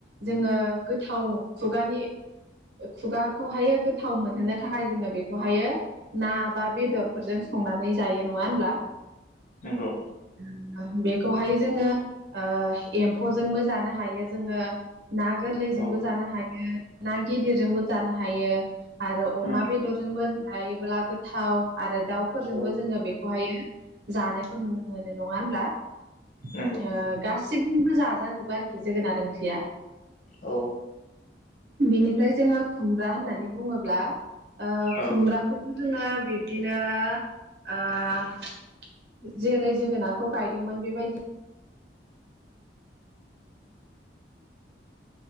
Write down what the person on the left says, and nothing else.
नंगौ
औ
उम
औ
नंगौ
औ।
औ